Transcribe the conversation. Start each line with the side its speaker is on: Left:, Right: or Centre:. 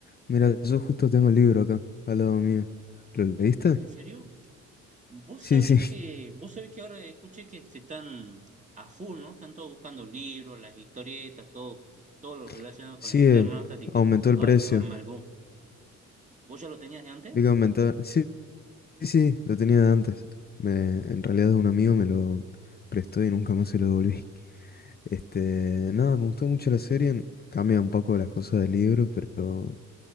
Left: Mira, yo justo tengo el libro acá, al lado mío. ¿Lo leíste?
Right: ¿En serio? Vos
Left: Sí,
Right: sabés
Left: sí,
Right: que, vos sabés que ahora escuché que se están a full, ¿no? Están todos buscando libros, las historietas, todo, todo lo relacionado
Left: <laughs> sí,
Right: con el Eternauta,
Left: eh,
Right: así que
Left: aumentó el
Right: ahora
Left: precio.
Right: se va a armar el boom. ¿Vos ya lo tenías de antes?
Left: Vi que aumentar. Sí, sí, sí, lo tenía de antes. Me, en realidad es un amigo, me lo prestó y nunca más se lo devolví. Este, nada, me gustó mucho la serie. Cambia un poco las cosas del libro, pero